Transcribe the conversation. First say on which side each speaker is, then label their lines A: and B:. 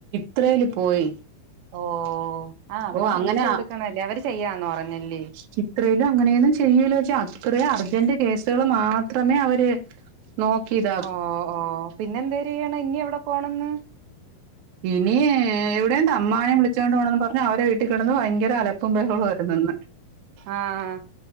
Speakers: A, on the right; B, on the right.
A: ത്രയില് പോയി
B: ഓഹ് ആഹ് അവിടെ
A: ഓ
B: പൈസ
A: അങ്ങനെ
B: കൊടുക്കണല്ലെ, അവര് ചെയ്യാന്ന് പറഞ്ഞല്ലേ
A: ചിത്രേലും അങ്ങനെയൊന്നും ചെയ്യൂല പക്ഷെ അത്രേം അർജന്റ് കേസുകള് മാത്രമേ അവര് നോക്കിതാ
B: ഓ ഓ പിന്നെന്തര്യ്യണം ഞ്ഞി എവിടെ പോണന്ന്
A: പഇനി എവിടെ അമ്മാവനെയും വിളിച്ചോണ്ട് പോണംന്നും പറഞ്ഞ് അവരെ വി ട്ടി കെടന്ന് ഭയങ്കര അലപ്പും ഭഹളു ആയിരുന്നന്ന്
B: ആഹ്